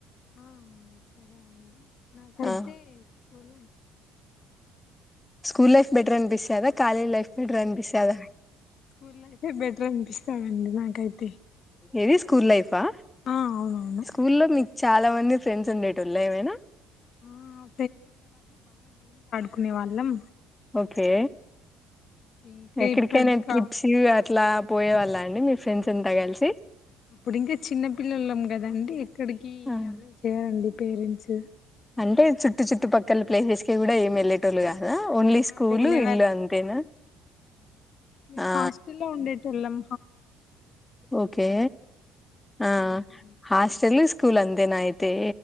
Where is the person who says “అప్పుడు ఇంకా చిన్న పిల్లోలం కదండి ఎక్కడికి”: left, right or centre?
Left